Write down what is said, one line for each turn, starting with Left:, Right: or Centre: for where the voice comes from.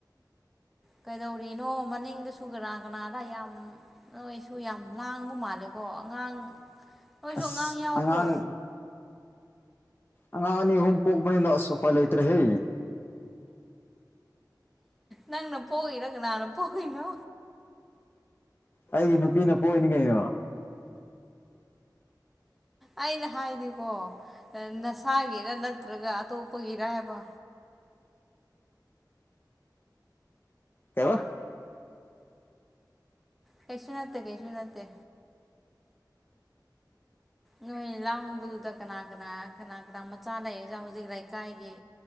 Centre: ꯀꯩꯗꯧꯔꯤꯅꯣ ꯃꯅꯤꯡꯗꯁꯨ ꯀꯅꯥ ꯀꯅꯥꯅ ꯌꯥꯝ ꯅꯣꯏꯁꯨ ꯌꯥꯝ ꯂꯥꯡꯕ ꯃꯥꯜꯂꯦ ꯑꯣ ꯑꯉꯥꯡ ꯅꯣꯏꯁꯨ
Left: ꯑꯁ
Centre: ꯑꯉꯥꯡ ꯌꯥꯎꯕ꯭ꯔꯣ
Left: ꯑꯉꯥꯡ ꯑꯉꯥꯡ ꯑꯅꯤ ꯑꯍꯨꯝ ꯄꯣꯛꯞꯅꯤꯅ ꯑꯁ ꯎꯄꯥꯏ ꯂꯩꯇ꯭ꯔꯦ ꯍꯦ
Centre: ꯅꯪꯅ ꯄꯣꯛꯏꯔ ꯀꯅꯥꯅ ꯄꯣꯛꯏꯅꯣ
Left: ꯑꯩꯒꯤ ꯅꯨꯄꯤꯅ ꯄꯣꯛꯏꯅꯤ ꯀꯩꯅꯣ
Centre: ꯑꯩꯅ ꯍꯥꯏꯗꯤꯀꯣ ꯅꯁꯥꯒꯤꯔ ꯅꯠꯇ꯭ꯔꯒ ꯑꯇꯣꯞꯄꯒꯤꯔ ꯍꯥꯏꯕ
Left: ꯀꯩꯕ
Centre: ꯀꯩꯁꯨ ꯅꯥꯠꯇꯦ ꯀꯩꯁꯨ ꯅꯥꯠꯇꯦ ꯅꯣꯏ ꯂꯥꯡꯕꯗꯨꯗ ꯀꯅꯥ ꯀꯅꯥ ꯀꯅꯥ ꯀꯅꯥ ꯃꯆꯥ ꯂꯩꯔꯒ ꯍꯧꯖꯤꯛ ꯂꯩꯀꯥꯏꯒꯤ